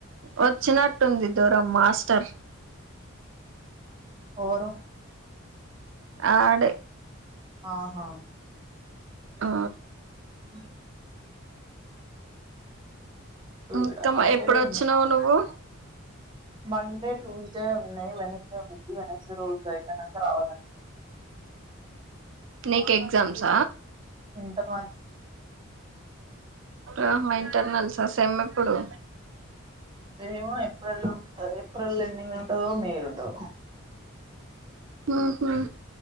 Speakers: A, on the right; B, on the right.
A: వచ్చినట్టుంది దూరం మాస్టర్
B: ఏవరు
A: ఆడే
B: ఆహా
A: ఆ
B: అ
A: ఇంకా
B: ఈడ మండే
A: మా ఎప్పుడు వచ్చినావు
B: ఉంది
A: నువ్వు
B: మండే ట్యూస్డే ఉన్నాయి వెనస్డే ఉంది వెనస్డే రోజుగా అయిపోయినాక రావాల
A: నికి ఎగ్జామ్ స
B: ఎంత మత్
A: ఆ మా ఇంటర్ నల్సా సమ్ ఏప్పుడు
B: ఏమో ఏప్రిల్ లో ఉంటది ఏప్రిల్ ఎండింగ్ లో అదో మేరుందో
A: ఉహు